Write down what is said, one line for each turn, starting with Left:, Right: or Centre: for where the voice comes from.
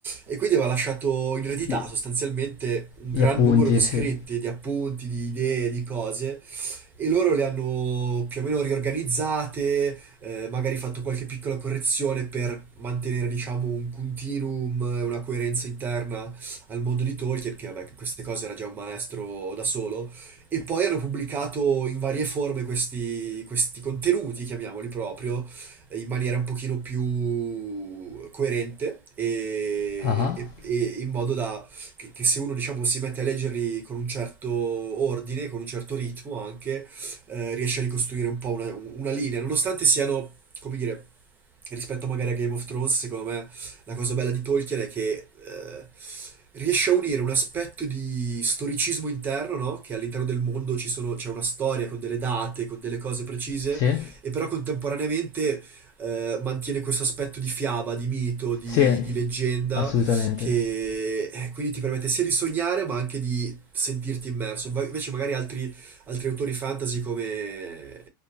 Right: e quindi aveva lasciato in eredità
Left: gli,
Right: sostanzialmente un
Left: gli
Right: gran
Left: appunti,
Right: numero di scritti,
Left: sì.
Right: di appunti, di idee, di cose e loro le hanno più o meno riorganizzate, eh, magari fatto qualche piccola correzione per mantenere, diciamo, un continuum e una coerenza interna al mondo di Tolkien, che vabbè, queste cose era già un maestro da solo, e poi hanno pubblicato in varie forme questi, questi contenuti, chiamiamoli proprio, eh, in maniera un pochino più coerente e,
Left: Ah, ah,
Right: e- e in modo da che, che se uno, diciamo, si mette a leggerli con un certo ordine, con un certo ritmo anche, eh, riesce a ricostruire un po' una, una linea, nonostante siano, come dire, rispetto magari a Game of Thrones, secondo me la cosa bella di Tolkien è che eh, riesce a unire un aspetto di storicismo interno, no? Che all'interno del mondo ci sono- c'è una storia con delle date, con delle cose precise,
Left: sì.
Right: e però contemporaneamente eh, mantiene questo aspetto di fiaba, di mito, di,
Left: Sì,
Right: di leggenda,
Left: assolutamente.
Right: che eh, quindi ti permette sia di sognare ma anche di sentirti immerso. Va- Invece magari altri altri autori fantasy come,